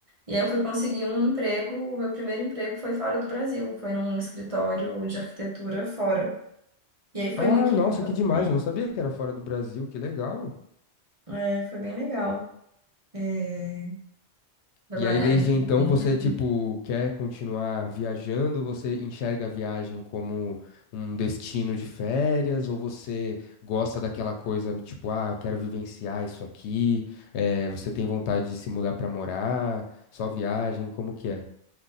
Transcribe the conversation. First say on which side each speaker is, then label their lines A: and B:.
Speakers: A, on the right; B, on the left.
A: E aí eu fui conseguir um emprego. O meu primeiro emprego foi fora do Brasil, foi num escritório de arquitetura fora. E aí foi
B: Ah,
A: muito
B: nossa,
A: legal
B: que demais.
A: também.
B: Eu não sabia que era fora do Brasil. Que legal.
A: É, foi bem legal. é, trabalhar
B: E aí, desde
A: nessa
B: então,
A: empresa.
B: você, tipo, quer continuar viajando? Você enxerga a viagem como um destino de férias? Ou você gosta daquela coisa, tipo, ah, eu quero vivenciar isso aqui? eh, você tem vontade de se mudar pra morar? Só viagem? Como que é?